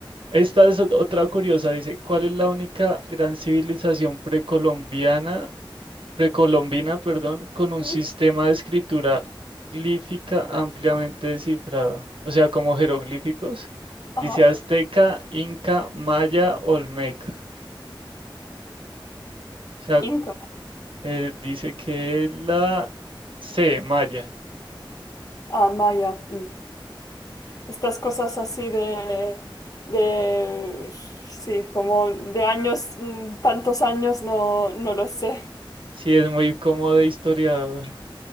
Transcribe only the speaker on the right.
Esta es ot- otra curiosa, dice, ¿cuál es la única gran civilización precolombiana, precolombina, perdón, con un
sistema de escritura glífica ampliamente descifrado? O sea, como jeroglíficos.
Dice azteca, inca, maya, olmeca. O sea,
eh, dice que la C, maya.
Sí, es muy cómodo de historiador.